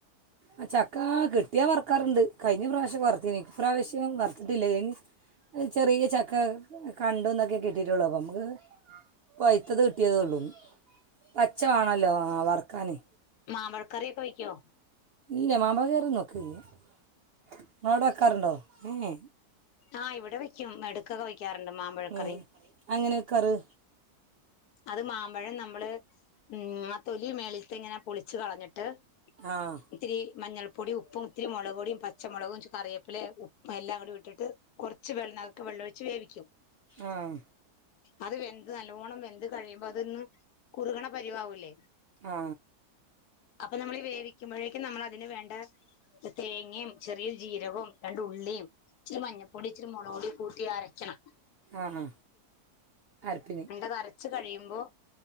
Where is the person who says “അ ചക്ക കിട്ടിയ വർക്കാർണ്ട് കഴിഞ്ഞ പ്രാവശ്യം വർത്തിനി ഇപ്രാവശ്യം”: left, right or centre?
Right